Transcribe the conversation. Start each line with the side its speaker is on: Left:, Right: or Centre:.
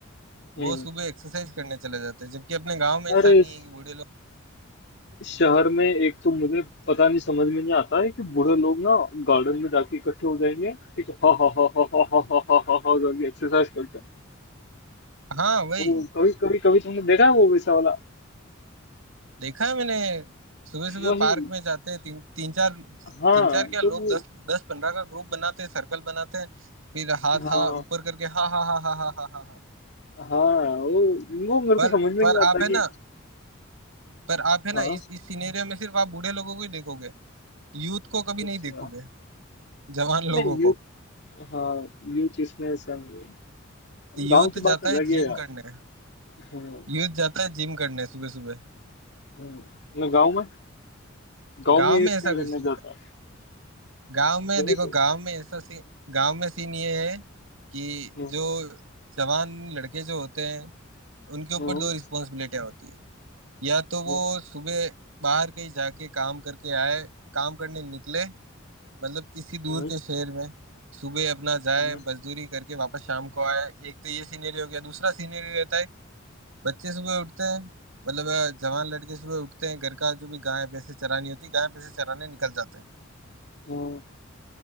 Left: हम्म
Right: वो सुबह एक्सरसाइज करने चले जाते हैं जबकि अपने गांव में ऐसा
Left: अरे
Right: नहीं
Left: इस
Right: है कि बूढ़े लोग
Left: इस शहर में एक तो मुझे पता नहीं समझ में नहीं आता है कि बूढ़े लोग ना गार्डन में जाके इकट्ठे हो जाएंगे ठीक है हा हा हा हा हा हा हा हा हा हा करके एक्सरसाइज करते हैं
Right: हाँ वही
Left: वो कभी कभी कभी तुमने देखा है वो वैसा वाला
Right: देखा है मैंने सुबह सुबह
Left: वही
Right: पार्क में जाते हैं तीन तीन चार
Left: हाँ
Right: तीन चार क्या
Left: तो
Right: लोग
Left: वो
Right: दस दस पंद्रह का ग्रुप बनाते हैं सर्कल बनाते हैं फिर हाथ
Left: हाँ
Right: हाँ ऊपर करके हा हा हा हा हा हा हा हा
Left: हाँ वो वो मेरे
Right: पर
Left: को समझ में
Right: पर
Left: नहीं आता
Right: आप है
Left: कि
Right: ना पर आप है ना
Left: हाँ
Right: इस इस सिनेरियो में सिर्फ आप बूढ़े लोगों को ही देखोगे यूथ को कभी
Left: अच्छा
Right: नहीं देखोगे जवान लोगों
Left: नहीं यूथ
Right: को
Left: हाँ यूथ इसमें ऐसा नहीं है
Right: यूथ
Left: गाँव की
Right: जाता
Left: बात अलग
Right: है जिम
Left: है यार
Right: करने
Left: हम्म
Right: यूथ जाता है जिम करने सुबह सुबह
Left: हम्म ना गाँव में गांव
Right: गांव
Left: में
Right: में
Left: यूज
Right: ऐसा
Left: क्या करने
Right: कुछ
Left: जाता है
Right: गांव में
Left: वही
Right: देखो
Left: तो
Right: गांव में ऐसा सीन गांव में सीन ये है कि
Left: हम्म,
Right: जो जवान लड़के जो होते हैं उनके ऊपर
Left: हम्म,
Right: दो रिस्पॉन्सिबिलिटियां होती है या तो वो
Left: हम्म,
Right: सुबह बाहर कहीं जाके काम करके आए काम करने निकले मतलब किसी दूर
Left: हम्म,
Right: के शहर में सुबह अपना जाए
Left: हम्म,
Right: मजदूरी करके वापस शाम को आए एक तो ये सीनरी हो गया दूसरा सीनरी रहता है बच्चे सुबह उठते हैं मतलब अ, जवान लड़के सुबह उठते हैं घर का जो भी गाय भैंसे चरानी होती है गाय भैंसे चराने निकल जाते हैं
Left: हम्म,